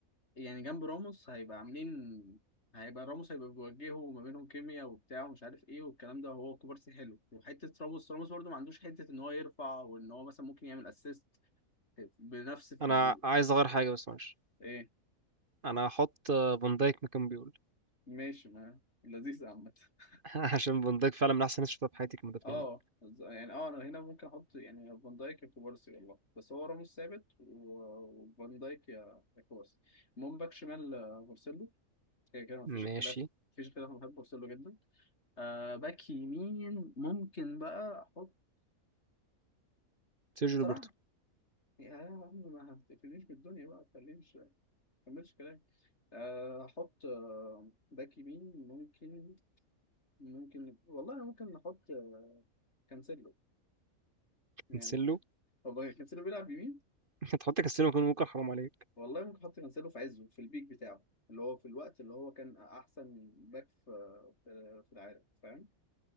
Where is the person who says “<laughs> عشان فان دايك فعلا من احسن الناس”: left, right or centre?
Right